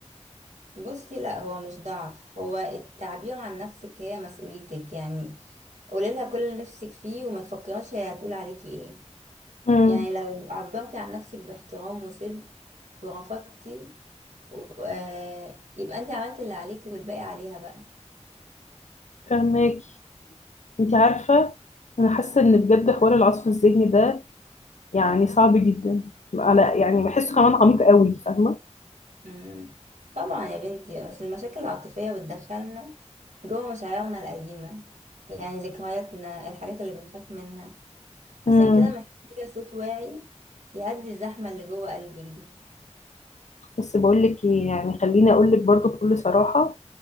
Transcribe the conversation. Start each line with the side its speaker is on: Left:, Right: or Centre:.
Right: بصي لا هو مش ضعف هو التعبير عن نفسك هي مسؤوليتك يعني قولي لها كل اللي نفسك فيه وما تفكريش هي هتقول عليكي ايه
Left: امم
Right: يعني لو عبرتي عن نفسك باحترام وصدق ورفضتي و- آه يبقى انت عملت اللي عليكي والباقي عليها بقى
Left: فهماكي انت عارفه انا حاسه ان بجد حوار العصف الذهني ده يعني صعب جدا على يعني بحسه كمان عميق قوي فاهمه
Right: مم. طبعا يا بنتي اصل المشاكل العاطفية بتدخلنا جوه مشاعرنا القديمة يعني ذكرياتنا الحاجات اللي بنخاف منها
Left: امم
Right: عشان كده محتاجة صوت واعي يهدي الزحمة اللي جوه قلبك دي
Left: بس بقول لك ايه يعني خليني اقول لك برضو بكل صراحه